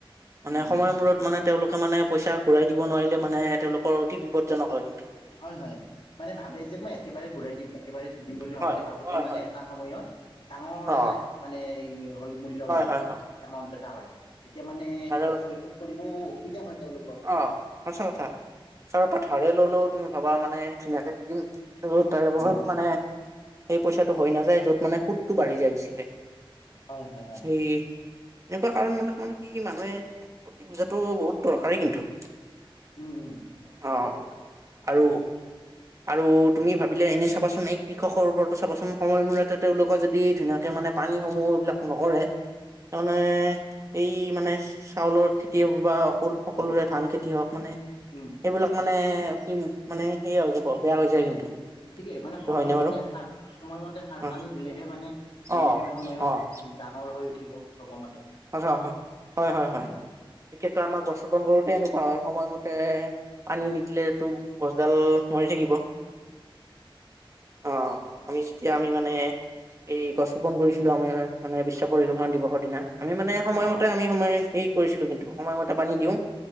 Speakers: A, on the right; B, on the left.
A: মানে
B: উম,
A: সময়
B: উম।
A: মূৰত মানে তেওঁলোকে মানে পইচা ঘূৰাই দিব নোৱাৰিলে মানে তেওঁলোকৰ অতি বিপদজনক হয়।
B: হয় হয় মানে ভাবে যে মই একেবাৰে ঘূৰাই দিম একেবাৰে দি দিম বুলি ভাবোতে
A: হয়
B: ভাবোতে
A: হয়
B: মানে
A: হয়
B: এটা সময়ত ডাঙৰ
A: অ
B: এটা মানে হয় মূল্য হৈ যায়
A: হয় হয়
B: এমাউন্ট এটা হয় তেতিয়া মানে
A: তাৰে
B: সেতো পৰিসুত কৰিব অসুবিধা হয় তেওঁলোকৰ।
A: অ সঁচা কথা তাৰ পৰা ধাৰে ললেও তুমি ভবা মানে ধুনীয়াকে দি দিম তাৰে বহুত
B: উম
A: মানে সেই পইচাটো হৈ নাযায় য'ত মানে সুতটো বাঢ়ি যায় বেছিকে।
B: হয় হয় হয়
A: সেই এনেকুৱা কাৰণ মনে কি কি মানুহে বুজাটো বহুত দৰকাৰি কিন্তু।
B: উম উম
A: অ',
B: তাকেইতো।
A: আৰু আৰু তুমি ভাবিলে এনে চাবাচোন এই কৃষকৰ ওপৰতো চাবাচোন সময় মূৰতে তেওঁলোকক যদি ধুনীয়াকে মানে পানীসমূহ সেইবিলাক নকৰে তাৰমানে এই মানে চাউলৰ খেতি বা অকল সকলোৰে
B: উম
A: ধান খেতি হওক মানে,
B: উম উম
A: সেইবিলাক মানে কি মানে সেয় হয় আৰু বৰ বেয়া হৈ যায় কিন্তু।
B: উম। ঠিকেই মানে,
A: সেইটো
B: সময়মতে
A: হয়নে বাৰু
B: সাৰ সময়মতে সাৰ
A: অ',
B: পানী দিলেহে মানে ধুনীয়াকৈ
A: অ',
B: সময়ত
A: অ',
B: ডাঙৰ হৈ উঠিব ভবা মতে।
A: অ' হয় হয়
B: উম
A: হয় বিশেষকৈ আমাক বছুপণ কৰোতে এনেকুৱা হয় সময়মতে পানী নিদিলে তো গছডাল মৰি থাকিব। অ'
B: হয়, হয়
A: আমি যেতিয়া আমি মানে এই গছ ৰোপণ কৰিছিলো আমাৰ মানে বিশ্ব পৰিবেশৰ দিৱসৰ দিনা আমি মানে সময়মতে
B: অ অ
A: আমি সময় হেৰি কৰিছিলো কিন্তু, সময়মতে পানী দিওঁ